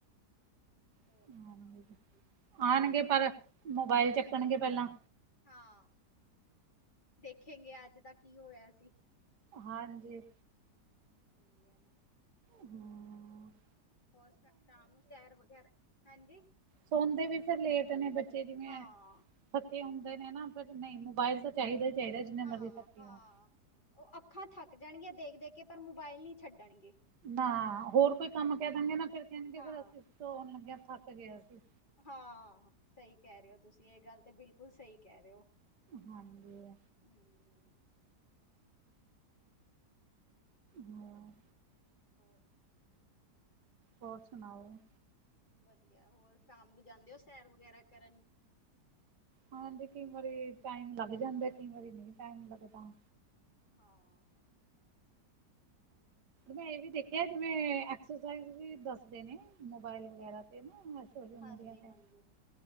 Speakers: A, on the left; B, on the right.
A: ਹੋਰ
B: ਹਾਂਜੀ
A: ਸੁਣਾਓ ਤੁਸੀਂ
B: ਆਣਗੇ
A: ਗਏ ਨੀ ਕਿੱਥੇ
B: ਪਰ
A: ਘੁੰਮਣ
B: ਮੋਬਾਇਲ ਚੱਕਣਗੇ
A: ਹ।
B: ਪਹਿਲਾਂ
A: ਹਾਂ ਦੇਖੇਗੇ ਅੱਜ ਦਾ ਕੀ ਹੋਇਆ ਸੀ‌।
B: ਹਾਂਜੀ।
A: ਇਹ ਹੈ ਨੇ।
B: ਹੂੰ
A: ਹੋਰ ਸ਼ਾਮ ਨੂੰ ਸੈਰ ਵਗੈਰਾ ਹਾਂਜੀ‌।
B: ਸੋਨਦੇ ਵੀ ਫਿਰ ਲੇਟ ਨੇ ਬੱਚੇ, ਜਿਵੇਂ
A: ਹਾਂ
B: ਥੱਕੇ ਹੁੰਦੇ ਨੇ ਨਾ ਫਿਰ ਨਹੀਂ ਮੋਬਾਇਲ। ਚਾਹੀਦਾ ਹੀ ਚਾਹੀਦਾ, ਜਿੰਨਾ
A: ਹਾਂ
B: ਮਰਜ਼ੀ ਥੱਕੇ
A: ਹਾਂ
B: ਹੋ।
A: ਉਹ ਅੱਖਾਂ ਥੱਕ ਜਾਣਗੀਆਂ, ਦੇਖ ਦੇਖ ਕੇ ਪਰ ਮੋਬਾਇਲ ਨਹੀਂ ਛੱਡਣਗੇ।
B: ਨਾ ਹੋਰ ਕੋਈ ਕੰਮ ਕਹਿ ਦਾਂਗੇ ਨਾ ਫਿਰ ਕਹਿਣਗੇ,
A: ਹਾਂ
B: ਫਿਰ ਅਸੀਂ ਆਉਣ ਲੱਗਿਆ ਥੱਕ ਗਿਆ ਸੀ।
A: ਹਾਂ ਸਹੀ ਕਹਿ ਰਹੇ ਹੋ, ਤੁਸੀਂ ਇਹ ਗੱਲ ਤੇ ਬਿਲਕੁਲ ਸਹੀ ਕਹਿ ਰਹੇ ਹੋ।
B: ਹਾਂਜੀ।
A: ਹਮ
B: ਹਾਂ।
A: ਹੋ।
B: ਹੋਰ ਸੁਣਾਓ।
A: ਵਧੀਆ ਹੋਰ ਸ਼ਾਮ ਨੂੰ ਜਾਂਦੇ ਹੋ, ਸੈਰ ਵਗੈਰਾ ਕਰਨ।
B: ਹਾਂਜੀ ਕਈ ਵਾਰੀ ਟਾਈਮ ਲੱਗ ਜਾਂਦਾ, ਕਈ ਵਾਰੀ ਨਹੀਂ ਟਾਈਮ ਲੱਗਦਾ।
A: ਹਾਂ।
B: ਮੈਂ ਇਹ ਵੀ
A: ਹਾਂਜੀ
B: ਦੇਖਿਆ, ਜਿਵੇਂ ਐਕਸ ਵੀ ਦੱਸ ਦੇ ਨੇ। ਮੋਬਾਇਲ ਵਗੈਰਾ ਤੇ ਨਾ ਸੋਸ਼ਲ ਮੀਡੀਆ
A: ਹਾਂਜੀ
B: ਤੇ।
A: ਹਾਂਜੀ